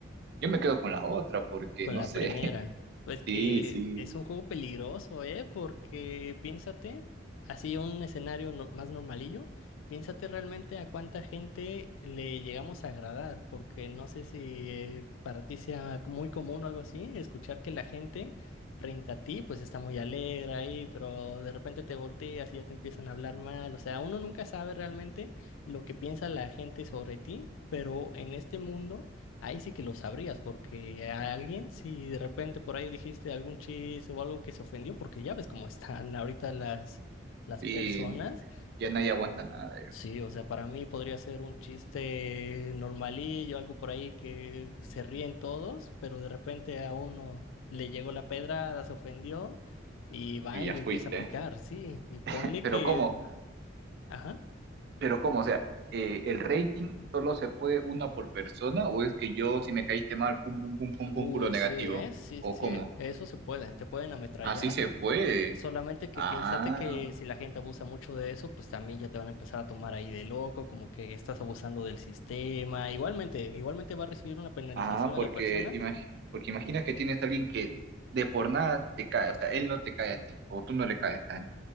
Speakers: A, on the right (about 55°); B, on the left (about 80°).
A: yo me quedo con la otra, porque
B: Con
A: no
B: la
A: sé.
B: primera.
A: <laughs>
B: Pues que
A: Sí, sí,
B: es un juego peligroso, ¿eh? Porque piénsate, así un escenario no- más normalillo, piénsate realmente a cuánta gente le llegamos a agradar, porque no sé si eh, para ti sea muy común o algo así, escuchar que la gente frente a ti pues está muy alegre ahí, pero de repente te volteas y ya te empiezan a hablar mal. O sea, uno nunca sabe realmente lo que piensa la gente sobre ti, pero en este mundo Ahí sí que lo sabrías, porque a alguien, si de repente por ahí dijiste algún chiste o algo que se ofendió, porque ya ves cómo están <laughs> ahorita las, las
A: sí,
B: personas.
A: ya nadie aguanta nada, ya,
B: Sí, o sea, para mí podría ser un chiste normalillo, algo por ahí que se ríen todos, pero de repente a uno le llegó la pedrada, se ofendió y va
A: y
B: y
A: ya
B: me
A: fuiste.
B: empieza a picar, sí. Y ponle
A: <laughs> Pero
B: que,
A: cómo,
B: ajá.
A: pero cómo, o sea, eh, ¿el rating solo se puede una por persona o es que yo si me caíste mal, pum, pum, pum, pum,
B: Uy,
A: pum, puro negativo?
B: sí, ¿eh? Sí,
A: ¿O
B: sí, sí.
A: cómo?
B: Eso se puede. Te pueden ametrallar.
A: Así se puede.
B: Solamente que
A: Ah,
B: piénsate que si la gente abusa mucho de eso, pues también ya te van a empezar a tomar ahí de loco, como que estás abusando del sistema. Igualmente, igualmente va a recibir una penalización
A: ah, porque,
B: a la persona
A: imag- porque imaginas que tienes a alguien que de por nada te cae, o sea, él no te cae a ti, o tú no le caes a él.